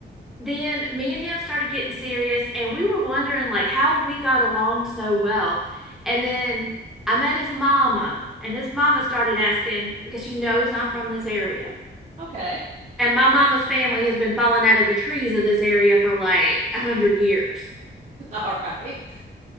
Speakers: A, in the centre; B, on the right.
A: then me and him started getting serious and we were wondering like how we got along so well. And then I met his mama and his mama started asking because she knows I'm from this area.
B: Okay,
A: And my mama's family has been falling out of the trees of this area for like a hundred years.
B: <laughs> all right.